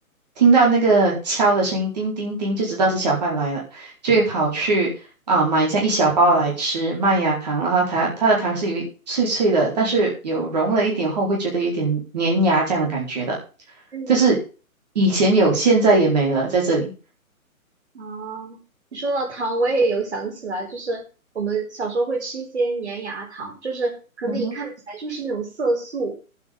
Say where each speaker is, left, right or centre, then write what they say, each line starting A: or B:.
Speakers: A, on the right; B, on the right.
A: 听到那个敲的声音，叮叮叮，就知道是小贩来了，就会跑去啊、买这样一小包来吃麦芽糖，然后它它的糖是有一脆脆的，但是有融了一点后会觉得有点粘牙这样的感觉的，
B: 嗯，
A: 就是以前有，现在也没了，在这里。
B: 啊，你说到糖，我也有想起来，就是我们小时候会吃一些粘牙糖，就是可能一看起来就是那种色素。
A: 嗯哼，